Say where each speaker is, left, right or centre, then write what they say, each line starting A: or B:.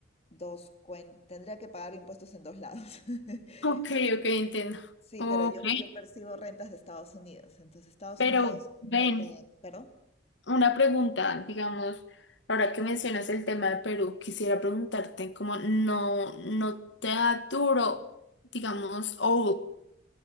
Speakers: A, on the left (about 30°); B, on the left (about 70°).
A: dos cuen- tendría que pagar impuestos en dos lados. <laughs>
B: ok, ok, entiendo.
A: Sí,
B: Ok,
A: pero yo, yo percibo rentas de Estados Unidos, entonces Estados
B: pero
A: Unidos
B: ven,
A: no te... ¿Perdón?
B: una pregunta, digamos, ahora que mencionas el tema de Perú, quisiera preguntarte como no, no te da duro, digamos, o